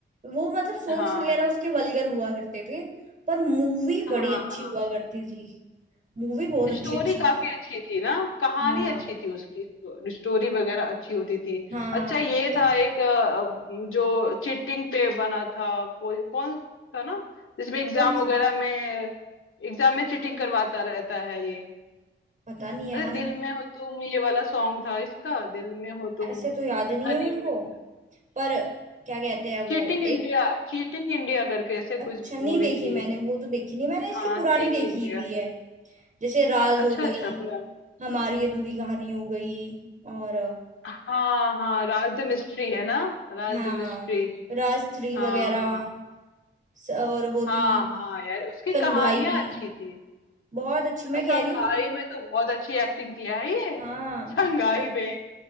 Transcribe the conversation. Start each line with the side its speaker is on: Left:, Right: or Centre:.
Right: वो मतलब सॉन्ग्स
Left: हाँ
Right: वगैरह उसके वल्गर हुआ करते थे पर मूवी
Left: हाँ
Right: बड़ी अच्छी
Left: हाँ
Right: हुआ करती थी मूवी बहुत
Left: स्टोरी
Right: अच्छी अच्छी
Left: काफी
Right: है
Left: अच्छी थी ना कहानी
Right: हाँ
Left: अच्छी थी उसकी स्टोरी वगैरह अच्छी होती थी
Right: हाँ
Left: अच्छा ये
Right: और
Left: था एक अ, जो चीटिंग पे बना था कोई कौन था ना जिसमें एग्जाम
Right: कौन
Left: वगैरह
Right: सी
Left: में एग्जाम में चीटिंग करवाता रहता है ये
Right: पता नहीं यार
Left: अरे दिल में हो तुम ये वाला सॉन्ग था इसका दिल में हो तुम
Right: ऐसे तो याद नहीं
Left: ना
Right: है
Left: remix
Right: मेरे को पर क्या कहते हैं वो
Left: Cheating India
Right: एक
Left: cheating India करके ऐसे
Right: अच्छा
Left: कुछ
Right: नहीं
Left: मूवी
Right: देखी
Left: थी
Right: मैंने वो तो देखी नहीं मैंने इसकी
Left: हाँ
Right: पुरानी
Left: चीट
Right: देखी
Left: इंडिया
Right: हुई है जैसे राज हो
Left: अच्छा
Right: गई
Left: अच्छा पुराना
Right: हमारी अधूरी कहानी हो गई और
Left: हाँ हाँ राज द मिस्ट्री है ना राज
Right: हाँ
Left: द मिस्ट्री
Right: राज थ्री
Left: हाँ
Right: वगैरह
Left: हाँ
Right: स- और वो
Left: हाँ
Right: थी
Left: हाँ यार उसकी
Right: संघाई
Left: कहानियां
Right: भी
Left: अच्छी थी
Right: बहुत अच्छी मैं
Left: संघाई
Right: कह रही हूँ
Left: में तो बहुत अच्छी एक्टिंग किया है ये
Right: हाँ
Left: संघाई
Right: और
Left: में